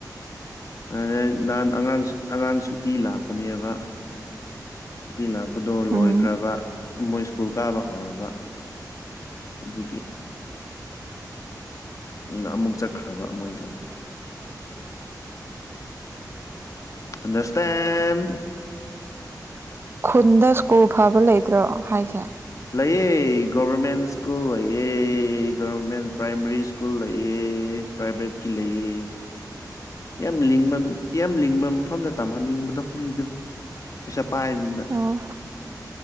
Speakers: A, on the left (about 50°); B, on the right (about 35°).
A: ꯑꯗꯨ ꯅꯍꯥꯟ ꯑꯉꯥꯡ ꯑꯉꯥꯡ ꯁꯨꯇꯤ ꯂꯥꯛꯄꯅꯦꯕ ꯑꯗꯨ ꯂꯥꯛꯄꯗꯣ ꯂꯣꯏꯈ꯭ꯔꯕ
B: ꯎꯝ
A: ꯃꯣꯏ ꯁ꯭ꯀꯨꯜ ꯀꯥꯕ ꯍꯧꯔꯕ ꯑꯗꯨꯒꯤ ꯎ ꯑꯃꯨꯛ ꯆꯠꯈ꯭ꯔꯕ ꯃꯣꯏꯗꯣ
B: ꯂꯩꯁꯤ ꯀꯩꯁꯤꯔꯞ ꯎꯃ <inaudible>
A: ꯑꯟꯗꯔꯁꯇꯦꯟ
B: ꯈꯨꯟꯗ ꯁ꯭ꯀꯨꯜ ꯐꯕ ꯂꯩꯇ꯭ꯔꯣꯍꯥꯏꯁꯦ
A: ꯂꯩꯌꯦ ꯒꯕꯔꯃꯦꯟ ꯁ꯭ꯀꯨꯜ ꯂꯩꯌꯦ ꯒꯕꯔꯃꯦꯟ ꯄ꯭ꯔꯥꯏꯃꯔꯤ ꯁ꯭ꯀꯨꯜ ꯂꯩꯌꯦ ꯄ꯭ꯔꯥꯏꯕꯦꯠꯀꯤ ꯂꯩꯌꯦ
B: <unintelligible>
A: ꯌꯥꯝ ꯂꯤꯡꯕ ꯌꯥꯝ ꯂꯤꯡꯕ ꯃꯐꯝꯗ ꯇꯝꯍꯟꯅꯤꯡꯕꯗꯣ ꯃꯤꯗꯨ ꯄꯩꯁꯥ ꯄꯥꯏꯕꯅꯤꯅ
B: ꯑꯣ